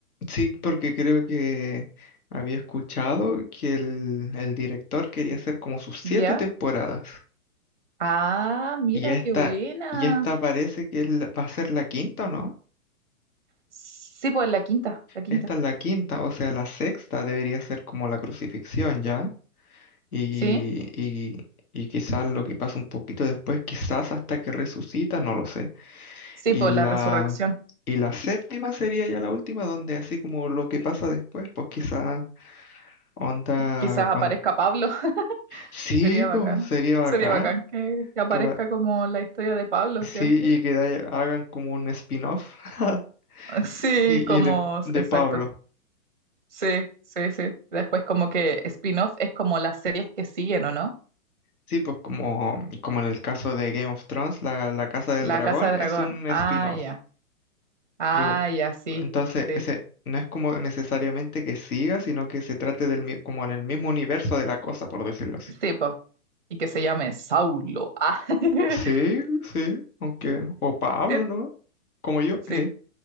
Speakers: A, on the left; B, on the right.
A: sí, porque creo que había escuchado que el, el director quería hacer como sus siete
B: ¿ya?
A: temporadas.
B: Ah, mira,
A: Y esta,
B: qué buena.
A: y esta parece que es la- va a ser la quinta, ¿o no?
B: Sí, pues la quinta, la quinta,
A: Esta es la quinta, o sea, la sexta debería ser como la crucifixión, ¿ya? Y,
B: ¿sí?
A: y, y quizás lo que pasa un poquito después, quizás hasta que resucita, no lo sé.
B: Sí,
A: Y
B: pues
A: la,
B: la resurrección.
A: y la séptima sería ya la última, donde así como lo que pasa después, pues quizás onda
B: Quizás
A: cuando...
B: aparezca Pablo. <laughs>
A: Sí,
B: Sería bacán.
A: pues sería bacán.
B: Sería bacán que, que aparezca
A: que apa-
B: como la historia de Pablo,
A: Sí,
B: ¿cierto?
A: y que de- hagan como un spin-off <laughs>
B: <laughs> Sí,
A: y,
B: como,
A: y de, de
B: exacto.
A: Pablo.
B: Sí, sí, sí. Después como que spin-off es como las series que siguen, ¿o no?
A: Sí, pues como, como en el caso de Game of Thrones, la, la Casa del
B: La
A: Dragón
B: Casa de
A: es
B: Dragón.
A: un spin-off.
B: Ah, ya. Ah,
A: Y bu-
B: ya, sí.
A: entonces,
B: Sí.
A: ese no es como necesariamente que siga, sino que se trate del, mi- como en el mismo universo de la cosa, por decirlo así.
B: Sí, po. Y que se llame Saulo. Ah. <laughs>
A: Sí, sí, aunque, o Pablo,
B: Sí.
A: ¿no? Como yo,
B: Sí.
A: eh,